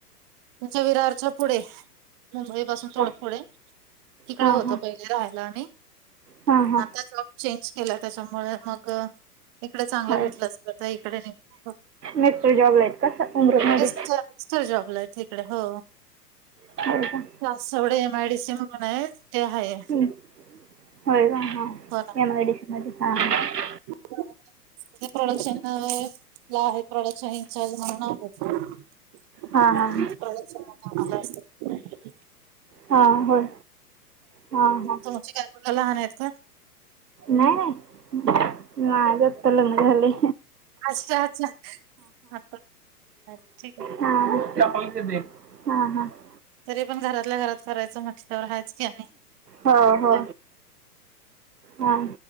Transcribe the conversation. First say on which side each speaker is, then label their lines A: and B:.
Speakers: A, on the right; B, on the right.
A: तुमच्या विरारच्या पुढे. मुंबई पासून थोड
B: हां
A: पुढे तिकडे
B: हां
A: होत
B: हां
A: राहायला आम्ही
B: हां हां
A: मागच्याच मागं चेंज केला त्याच्यामुळे मग इकडे चांगलं
B: होय
A: भेटलं असल तर इकडे निघ
B: मिस्टर जॉबला आहेत का स उमरठमध्ये
A: मिस्टर जॉबला हायत तिकडे हो.
B: का
A: वासवडे एमआयडीसी म्हणून आहे त्यो आहे.
B: हं. होय का ह.
A: हो ना
B: माज काम हाय.
A: <unintelligible> ते प्रोडक्शन ला <inaudible> प्रोडक्शन इंचार्ज म्हणून आहे प्रॉडक्ट
B: हां हां
A: सगळ्या कामात असत्यात
B: हा होय हा हा
A: तुमची काय मुलं लहान आहेत काय
B: नाही नाही माझ आत्ता लग्न झालय
A: अच्छा अच्छा <inaudible> ठीक आहे
B: हा हा हा हा
A: तरी पण घरातल्या घरात करायचं म्हटल्यावर हयच की आणि
B: हो हो
A: काय.
B: हा